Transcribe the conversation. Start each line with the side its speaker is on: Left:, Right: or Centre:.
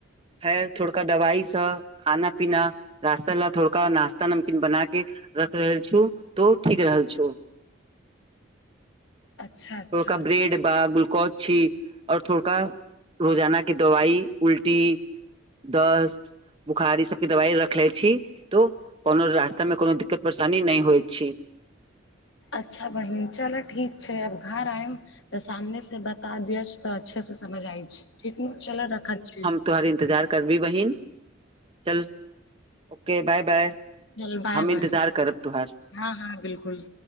Right: है थोड़का दवाइसँ खाना पीना रास्ता लए थोड़का नास्ता नमकीन बना के रख रहल छौ तो ठीक रहल छौ <inaudible>
Left: अच्छा अच्छा
Right: थोड़का ब्रेड बा ग्लूकोज छी आओर थोड़का रोजाना के दवाई उल्टी दस्त बुखार ई सबके दवाइ रखले छी तो कोनो रास्तामे कोनो दिक्कत परेशानी नहि होइत छी <inaudible>
Left: अच्छा बहिन चलो ठीक छै अब घर आएम त सामने से बता दिय त अच्छे से समझ आय छै ठीक नु चल रखैत छीयो
Right: तोहर इन्तजार करबी बहिन चलु त ओके बाय बाय
Left: चल बाय
Right: हम इंतजार
Left: बाय
Right: करब तुहार
Left: हँ हँ बिल्कुल